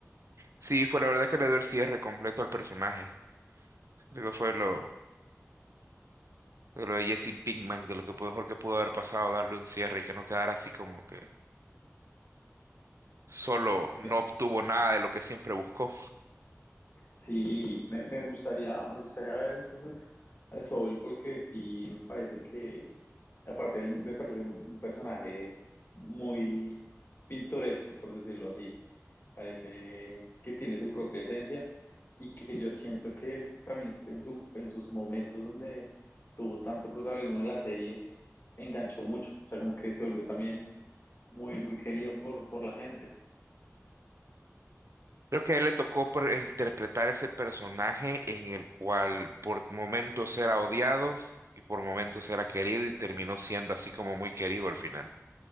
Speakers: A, on the right (about 60°); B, on the left (about 50°).
A: Sí, fue la verdad que le dio el cierre completo al personaje. Luego fue lo de lo de Jesse Pinkman, de lo que pudo- mejor que pudo haber pasado, darle un cierre y que no quedara así como que solo no
B: Me-
A: obtuvo nada de lo que siempre buscó.
B: sí, me, me gustaría, me gustaría ver entonces a Soul porque sí me parece que, aparte él me parece un, un personaje muy pintoresco, por decirlo así, parece que tiene su propia esencia y que yo siento que es también en su, en sus momentos donde tuvo tanto protagonismo en la serie, enganchó mucho, o sea, como que se volvió también muy, muy querido por, por la gente.
A: Creo que a él le tocó per- interpretar ese personaje en el cual por momentos era odiado y por momentos era querido y terminó siendo así como muy querido al final,